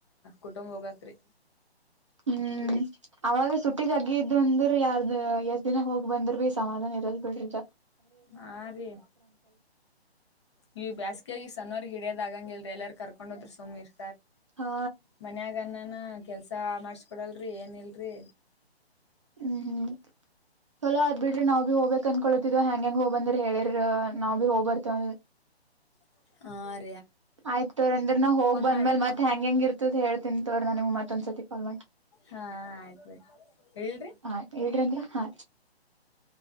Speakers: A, on the left; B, on the right.
A: ಕುಟುಂಬ ಹೋಗಕ್ರರಿ
B: ಹ್ಮ್ ಅವಾಗ ಸುಟ್ಟಿದಗ್ಗ ಇದ್ದು ಅಂದ್ರ ಯಾರ್ದ ಎಷ್ಟ ದಿನ ಹೋಗ್ ಬಂದ್ರ ಭ ಸಮಾಧಾನ ಇರಲ್ ಬಿಡ್ರಿಜ
A: ಹಾ ರೀ ನೀ ಬೇಸ್ಗೆಾಗಿ ಸಣ್ಣವರ್ಗ್ ಹಿಡಿಯದ ಆಾಗಂಗಲ್ರಿ ಎಲ್ಲರ್ಗೂ ಕರ್ಕೊಂಡೋದ್ರು ಸೋಮೀರ್
B: ಹಾ
A: ಮನ್ಯಾಗನ್ನ ನಾನ ಕೆಲ್ಸ ಮಾಡ್ಸ್ಕೊಡಲ್ರಿ ಏನ್ ಇಲ್ರಿ
B: ಹ್ಮ್ ಹ್ಮ್ ಚಲೋ ಅದ ಬಿಡ್ರಿ ನಾವ್ ಭ ಹೋಗ್ಬೇಕ್ ಕಂದಕೊತಿದವ ಹ್ಯಾಂ ಹೆಂಗಗೆ ಹೋಗ ಬಂದ್ರ ಹೇಳಿರ್ ನಾವವು ಭ ಹೋಗ್ಬರ್ತೇವ
A: ಹ <inaudible>
B: ಆಯ್ತ ತವ್ರ ಅಂದ್ರ ನಾ ಹೋಗ್ ಬಂದ್ಮೇಲ್
A: ಮಾಡ್ರಿ.
B: ಮತ್ ಹೆಂಗ ಹೆಂಗ ಇರ್ತತ್ ಹೇಳ್ತನ್ತ್ವ್ರ ನಾ ನಿಮ ಮತ್ತೊಂದ್ಸತಿ ಕಾಲ್ ಮಾಡಿ
A: ಹಾ ಆಯ್ತ್ ಬಿಡ್ರಿ ಇಡ್ಲ್ರಿ.
B: ಆ ಹೇಳರಿಿ ಅಂದ್ರ ಹ